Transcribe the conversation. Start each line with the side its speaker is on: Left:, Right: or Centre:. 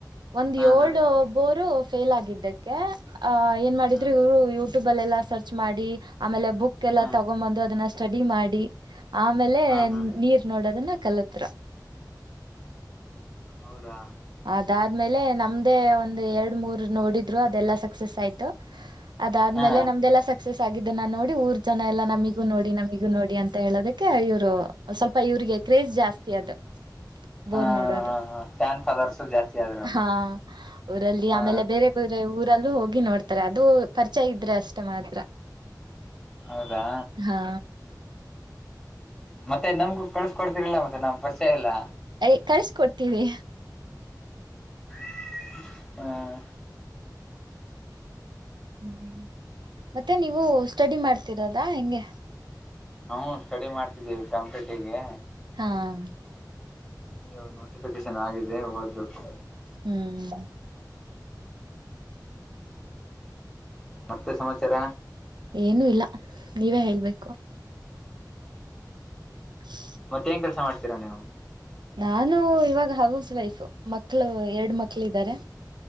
Right: ಒಂದ್
Centre: ಹಾ
Right: ಏಳ
Centre: ಹಾ
Right: ಬೋರು ಫೇಲ್ ಆಗಿದ್ದಕ್ಕೆ ಆಹ ಏನ್ ಮಾಡಿದ್ರು
Centre: ಹಾ
Right: ಇವರು ಇ <unintelligible> <unintelligible> ಯಟ್ಯೂಬ ಅಲ್ಲ ಎಲ್ಲ ಸರ್ಚ್ ಮಾಡಿ ಆಮೇಲೆ ಬುಕ್ ಎಲ್ಲ
Centre: ಹಾ
Right: ತಗೊಂಡ್ ಬಂದು ಅದನ್ನ ಸ್ಟಡಿ ಮಾಡಿ. ಆಮೇಲೆ
Centre: ಹಾ ಹಾ
Right: ನೀರ್ ನೋಡೋದನ್ನ ಕಲುತ್ರು.
Centre: ಹೌದಾ
Right: ಅದಾದ್ಮೇಲೆ ನಮ್ದೇ ಒಂದ್ ಎರಡ್ ಮೂರ್ ನೋಡಿದ್ರು ಅದೆಲ್ಲಾ ಸಕ್ಸಸ್ ಆಯ್ತು. ಅದಾದ್ಮೇಲೆ
Centre: ಹಾ
Right: ನಮ್ದೆಲ್ಲ ಸಕ್ಸಸ್ ಆಗಿದ್ದುನ್ನ ನೋಡಿ ಊರ್ ಜನ ಎಲ್ಲಾ ನಮಿಗೂ ನೋಡಿ ನಮಿಗೂ ನೋಡಿ ಅಂತ ಹೇಳದುಕ್ ಇವ್ರು ಸ್ವಲ್ಪ ಇವ್ರಿಗೆ ಕ್ರೇಜ್ ಜಾಸ್ತಿ ಅದು. ಬೋರ್
Centre: ಹಾ
Right: ನೋಡೋದು
Centre: ಹಾ ಫ್ಯಾನ್ ಫಾದರ್ಸು ಜಾಸ್ತಿ ಆದ್ರು
Right: ಹಾ ಊರಲ್ಲಿ
Centre: ಹಾ
Right: ಆಮೇಲೆ ಬೇರೆ ಬ <unintelligible> ಊರಲ್ಲೂ ಹೋಗಿ ನೋಡ್ತಾರೆ ಅದು ಪರಿಚಯ ಇದ್ರೆ ಅಷ್ಟೇ ಮಾತ್ರ.
Centre: ಹೌದಾ
Right: ಹಾ
Centre: ಮತ್ತೆ ನಮ್ಗೂ ಕಳ್ಸಿ ಕೊಡ್ತೀರೋ ಇಲ್ಲ ಮತ್ತೆ ನಮ್ ಪರಿಚಯ ಇಲ್ಲ.
Right: ಯ್ ಕಳ್ಸ್ಕೊಡ್ತೀವಿ
Centre: <inaudible> ಹ್ಮ್
Right: ಹ್ಮ್ ಮತ್ತೆ ನೀವು ಸ್ಟಡಿ ಮಾಡ್ತಿರೋದಾ ಹೆಂಗೆ.
Centre: ಹ್ಮ ಸ್ಟಡಿ ಮಾಡ್ತಿದ್ದೀವಿ ಕಾಂಪ್ಟೇಟಿಗೆ.
Right: ಹಾಂ
Centre: ಇವಗ ನೋಟಿಫಿಕೇಶನ್ ಆಗಿದೆ ಓದ್ಬೇಕು.
Right: ಹ್ಮ್
Centre: ಮತ್ತೆ ಸಮಾಚಾರ.
Right: ಏನುೂ ಇಲ್ಲ ನೀವೇ ಹೇಳ್ಬೇಕು. <inaudible>
Centre: ಮತ್ ಏನ್ ಕೆಲಸ ಮಾಡ್ತೀರಾ ನೀವು.
Right: ನಾನು ಇವಾಗ ಹೌಸ್ ವೈಫ್ ಮಕ್ಳು ಎರಡ್ ಮಕ್ಳ್ ಇದ್ದಾರೆ.